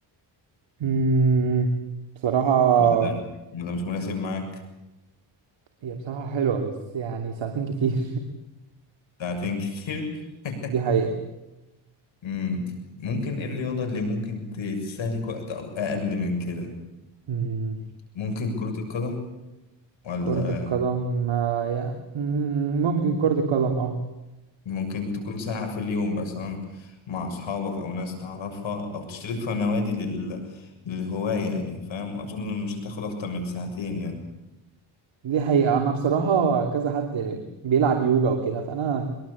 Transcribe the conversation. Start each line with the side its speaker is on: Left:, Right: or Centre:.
Right: مم، بصراحة
Left: ولا ده ولا مش مناسب معاك
Right: هي بصراحة حلوة بس يعني ساعتين كتير
Left: ساعتين
Right: <laughs>
Left: كتير <laughs>
Right: دي حقيقة
Left: امم ممكن ايه الرياضة اللي ممكن ت- تستهلك وقت أق- اقل من كده
Right: مم،
Left: ممكن كرة القدم ولا
Right: كرة القدم آه، يا- مم، ممكن كرة القدم اه
Left: ممكن تكون ساعة في اليوم مثلا مع اصحابك او ناس تعرفها او تشترك في نوادي لل... للهواية يعني فاهم اظن مش هتاخد اكتر من ساعتين يعني
Right: دي حقيقة أنا بصراحة كذا حد بيلعب يوجا وكده فأنا